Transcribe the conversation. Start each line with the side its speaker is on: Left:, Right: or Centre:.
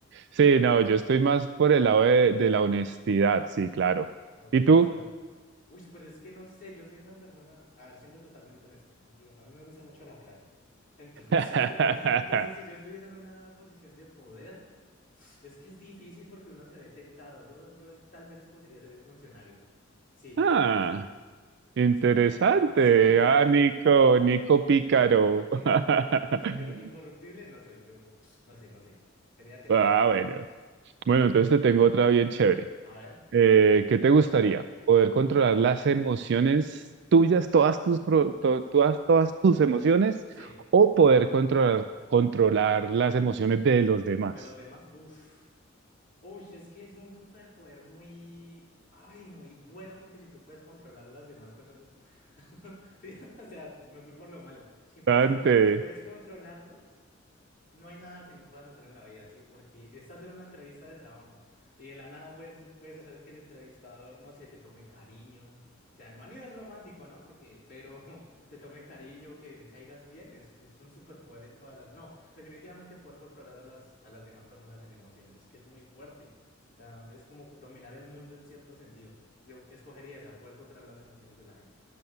Right: Sí, no, yo estoy más por el lado de, de la honestidad, sí, claro.
Left: Ok,
Right: ¿Y tú?
Left: o sea. Uy, pero es que no sé, yo soy una persona, a ver, siendo totalmente honesto, ¿no? Yo, a mí me gusta mucho la plata. Entonces,
Right: <laughs>
Left: <laughs> entonces, si yo estuviera en una posición de poder. Es que es difícil porque uno se ve tentado. Yo, yo tal vez escogería ser el funcionario. Sí,
Right: Ah,
Left: yo creo que sí.
Right: interesante.
Left: Es que- <laughs> sí, sí,
Right: Ah,
Left: sí.
Right: Nico,
Left: <laughs>
Right: Nico
Left: O sea,
Right: Pícaro.
Left: <laughs>
Right: <laughs>
Left: Si yo incorruptible no soy, yo no sé, no sé. Sería tentado
Right: Ah,
Left: al
Right: bueno.
Left: menos.
Right: Bueno, entonces te tengo otra bien chévere.
Left: A ver.
Right: Eh, ¿qué te gustaría? ¿Poder
Left: Ujú.
Right: controlar las emociones tuyas, todas tus, pro- to- todas, todas tus emociones,
Left: Sí.
Right: o poder controlar, controlar las emociones de los demás?
Left: De los demás, uff. Uy, es que es un superpoder muy, ay, muy bueno porque si tú puedes controlar a las demás personas, <laughs> sí, o sea, me fui por lo malo. Si puedes
Right: Dante.
Left: encontrar, si puedes controlarlos. No hay nada que no puedas hacer en la vida, ¿sí? Porque estás en una entrevista de trabajo y de la nada puedes, puedes hacer que el entrevistador, no sé, te tome cariño. O sea, no a nivel romántico, ¿no? Porque, pero <laughs> te tome cariño, que le caigas bien, es, es un superpoder en todas las... No, definitivamente poder controlar a las, a las demás personas en emociones, es que es muy fuerte. O sea, es como dominar el mundo en cierto sentido. Yo escogería esa, poder controlar las emociones de la gente.